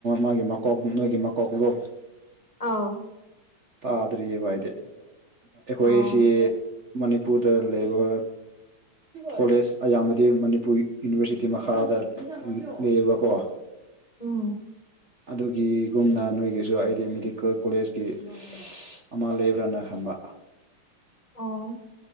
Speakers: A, on the right; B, on the left.
A: ꯃꯥꯒꯤ ꯃꯀꯣꯛ ꯅꯣꯏꯒꯤ ꯃꯀꯣꯛꯇꯣ
B: ꯑꯥꯎ
A: ꯇꯥꯗ꯭ꯔꯤꯑꯕ ꯍꯥꯏꯗꯤ ꯑꯩꯈꯣꯏꯁꯤ
B: ꯑꯥ
A: ꯃꯅꯤꯄꯨꯔꯗ ꯂꯩꯕ ꯀꯣꯂꯦꯖ ꯑꯌꯥꯝꯕꯗꯤ ꯃꯅꯤꯄꯨꯔ ꯌꯨꯅꯤꯚꯔꯁꯤꯇꯤ ꯃꯈꯥꯗ ꯂꯩꯌꯦꯕꯀꯣ
B: ꯎꯝ
A: ꯑꯗꯨꯒꯤꯒꯨꯝꯅ ꯅꯣꯏꯒꯤꯁꯨ ꯑꯩꯗꯤ ꯃꯦꯗꯤꯀꯦꯜ ꯀꯣꯂꯦꯖꯀꯤ ꯑꯃ ꯂꯩꯕ꯭ꯔꯅ ꯈꯟꯕ
B: ꯑꯣ